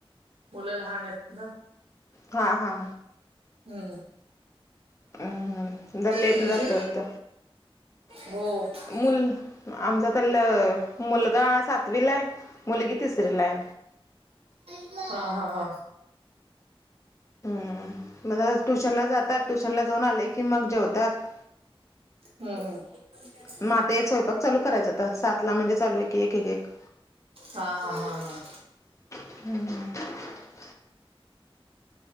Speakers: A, on the right; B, on the left.
A: मुलं लहान आहेत ना.
B: हा हा.
A: हम्म.
B: हम्म जरा लेट
A: तुमची
B: न जास्त वाटत <inaudible>
A: हो हा
B: मुल आमचा तर मुलगा सातवीला आहे मुलगी तिसरीलाय
A: <unintelligible> <inaudible> हा हा हा
B: हम् म्हण <unintelligible> ट्युशन ला जातात. ट्युशन ला जाऊन आले की, मग जेवतात.
A: हम्म हम्.
B: मग आता स्वयंपाक चालू करायचं आता, सात ला म्हणजे चालू आहे क एक एक एक
A: हा हा हा हा.
B: हम्म.